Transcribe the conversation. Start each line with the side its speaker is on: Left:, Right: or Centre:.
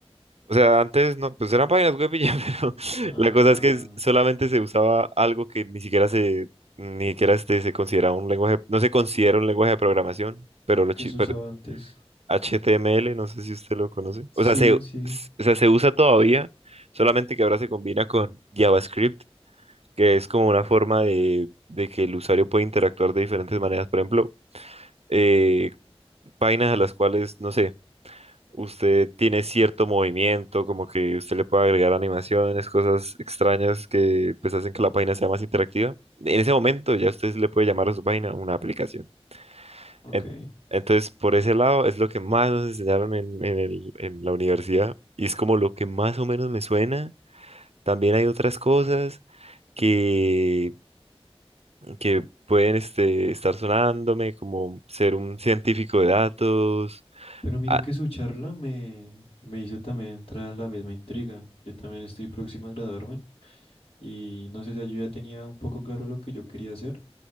Right: O sea, antes no, pues eran páginas web y ya, <laughs> pero
Left: Ah,
Right: la cosa es que es- solamente se usaba algo que ni siquiera se, ni siquiera este, se considera un lenguaje, no se considera un lenguaje de programación, pero, lo, chi-
Left: ¿qué se
Right: pero
Left: usaba antes?
Right: HTML, no sé si usted lo conoce.
Left: Sí,
Right: O sea, se,
Left: sí,
Right: s- o sea, se usa todavía, solamente que ahora se combina con JavaScript que es como una forma de, de que el usuario puede interactuar de diferentes maneras. Por ejemplo, eh, vainas a las cuales, no sé, usted tiene cierto movimiento, como que usted le puede agregar animaciones, cosas extrañas que pues hacen que la página sea más interactiva. En ese momento ya usted le puede llamar a su página una aplicación.
Left: ok.
Right: En- entonces, por ese lado es lo que más nos enseñaron en, en el- en la universidad y es como lo que más o menos me suena. También hay otras cosas que que pueden este, estar sonándome, como ser un científico de datos.
Left: Pero mire
Right: Ah,
Left: que su charla me, me hizo también entrar en la misma intriga. Yo también estoy próxima a graduarme y no sé si yo ya tenía un poco claro lo que yo quería hacer,